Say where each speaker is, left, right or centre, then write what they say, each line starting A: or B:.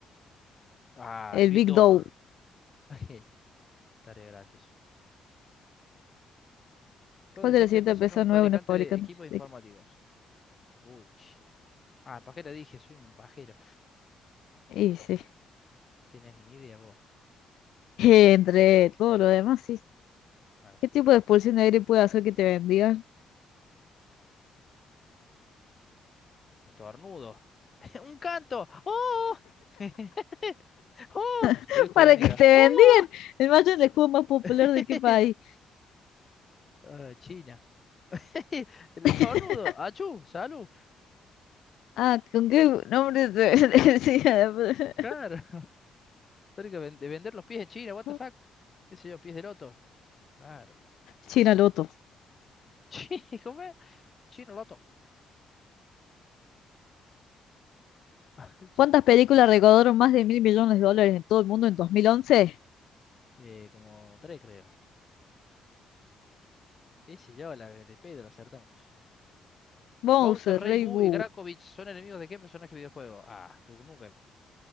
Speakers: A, on the left; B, on the left.
A: Ah,
B: El
A: el Big
B: Big
A: Dog.
B: Dow.
A: <laughs> Estaría gracioso. ¿Cuál
B: ¿Cuál
A: de la
B: de
A: siguiente
B: las siguientes
A: empresa
B: empresas
A: no es un
B: no
A: fabricante
B: es una fabricante
A: de equipos informáticos?
B: de... equipo?
A: Gucci. Ah, ¿para qué le dije? Soy un pajero.
B: Y sí.
A: Tenías ni idea vos.
B: <laughs> Entre todo lo demás, sí.
A: Ahora
B: ¿Qué
A: sí.
B: tipo de expulsión de aire puede hacer que te bendigan?
A: Estornudo. <laughs> Un canto. ¡Oh! <laughs> ¡Oh!
B: <laughs>
A: Que Dios te
B: Para
A: bendiga.
B: que te bendigan.
A: ¡Oh!
B: El macho es el escudo más popular
A: <laughs>
B: de qué país.
A: Ah, China. <laughs> El
B: <laughs>
A: estornudo. ¡Achú! ¡Salud!
B: Ah, ¿con qué nombre se <laughs> decía? la-
A: Claro. <laughs> Tengo que ven- de vender los pies de China. What
B: <laughs>
A: the fuck? ¿Qué sé yo? Pies de loto. Claro.
B: China Loto.
A: <laughs> Chi- ¿Cómo es? Chino loto. <laughs>
B: ¿Cuántas películas recaudaron más de mil millones de dólares en todo el mundo en 2011?
A: Eh, como tres, creo. ¿Qué sé yo? La de Pedro acertamos.
B: Bowser,
A: Bowser, Rey
B: Rey
A: Boo
B: Boo.
A: y Grakovich son enemigos de qué personaje videojuego? Ah, tú nunca